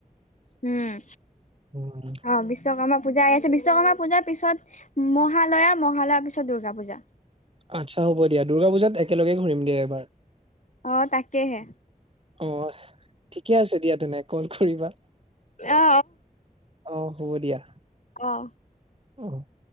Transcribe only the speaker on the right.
উম
আচ্ছা হ'ব দিয়া, দুৰ্গা পূজাত একেলগে ঘূৰিম দিয়া এইবাৰ।
অ' ঠিকেই আছে দিয়া তেনে কল কৰিবা।
অ' হ'ব দিয়া,
অহ।